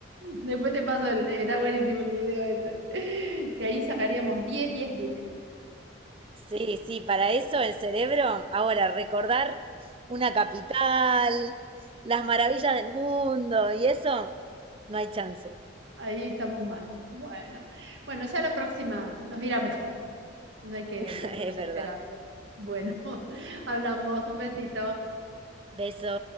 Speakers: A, on the right (about 70°); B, on the right (about 30°).
A: Después te paso el, está buenísimo el video ese. Que ahí sacaríamos 10 10 10
B: Sí, sí, para eso el cerebro. Ahora, recordar una capital, las maravillas del mundo y eso, no hay chance.
A: Ahí estamos mal. Bueno, bueno, ya la próxima nos irá mejor. No hay que
B: <laughs>
A: perder
B: Es
A: la
B: verdad.
A: esperanza. Bueno, <laughs> hablamos. Un besito.
B: Beso.